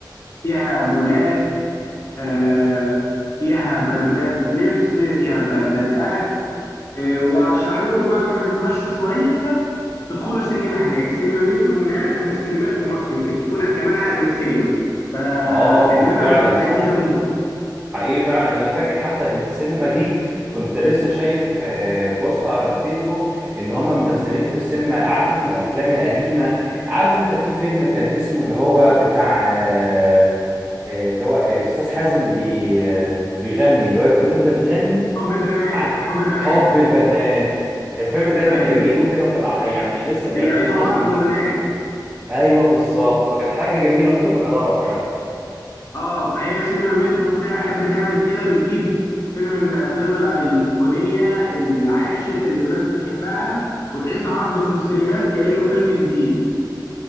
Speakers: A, on the left; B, on the right.
A: فيها مولات آه، فيها براندات لبس فيها براندات أكل آه، وأرشح لكم بعد ما تتمشوا شوية تدخلوا سينما هناك سينما مترو من اقدم السينمات في مصر يمكن تكون كمان اقدم سينما فتجربه
B: اه فعلا
A: هتبقى لذيذه
B: صح
A: موت
B: حقيقي فعلا انا فاكر حتى السينما دي كنت لسه شايف آه، بوست على الفيسبوك ان هم منزلين في السينما عارف انت الافلام القديمه عارف انت في فيلم كان اسمه اللي هو بتاع آه، آه، اللي هو آه، استاذ حازم بي آه، بيغني اللي هو بتقول له انت بتغني
A: حب البنات
B: ع-
A: حب البنات
B: حب البنات الفيلم ده كان
A: ايوه
B: جميل وكده وكان ع- يعني لسه
A: بيعيدوا
B: بيعلنوا ان هما
A: عرضه
B: بي
A: هناك
B: ايوه بالظبط فكانت حاجه جميله ممكن نجربها فعلا
A: اه فهي سينما مترو بتاع تحب تعمل كده بتجيب فيلم من الافلام الايقونيه العاشت اللي الناس بتحبها وتعيد عرضه في السينمات كانه فيلم جديد